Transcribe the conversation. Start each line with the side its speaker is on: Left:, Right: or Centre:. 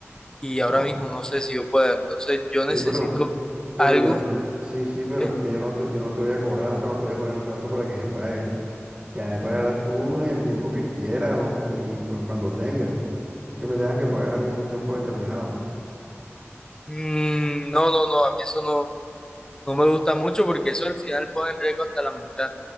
Left: y ahora
Right: ¿no?
Left: mismo no sé si yo pueda, entonces yo
Right: Sí,
Left: necesito
Right: pero, pero
Left: algo.
Right: yo no, sí, sí, pero
Left: que-
Right: es que yo no te, yo no te voy a cobrar, o sea, no te voy a poner el plazo para que me pagues. Ya me pagarás tú en el tiempo que quieras o- y pues cuando tengas. No es que me tengas que pagar a mí en un tiempo determinado.
Left: Mm, no, no, no, a mí eso no, no me gusta mucho porque eso al final pone en riesgo hasta la amistad.